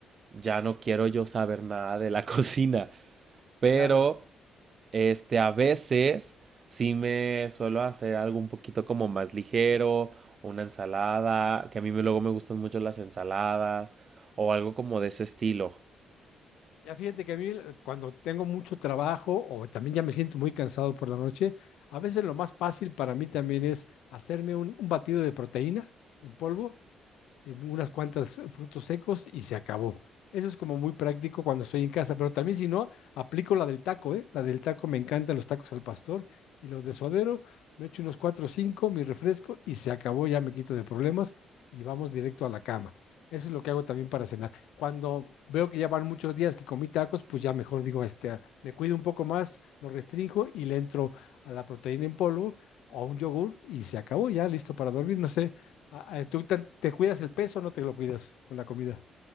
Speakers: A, on the right; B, on the left.
A: ya no quiero yo saber nada de la <laughs> cocina. Pero
B: Claro.
A: este, a veces sí me suelo hacer algo un poquito como más ligero, una ensalada, que a mí me- luego me gustan mucho las ensaladas, o algo como de ese estilo.
B: Ya fíjate que a mí eh, cuando tengo mucho trabajo o también ya me siento muy cansado por la noche, a veces lo más fácil para mí también es hacerme un, un batido de proteína en polvo eh, unas cuantas frutos secos y se acabó. Eso es como muy práctico cuando estoy en casa, pero también si no, aplico la del taco, ¿eh? La del taco me encantan los tacos al pastor y los de suadero, me echo unos cuatro o cinco, mi refresco y se acabó, ya me quito de problemas y vamos directo a la cama. Eso es lo que hago también para cenar. Cuando veo que ya van muchos días que comí tacos, pues ya mejor digo, este, ah, me cuido un poco más, lo restringo y le entro a la proteína en polvo o a un yogur y se acabó ya, listo para dormir. No sé Ah, ah, ¿Tú te, te cuidas el peso o no te lo cuidas con la comida?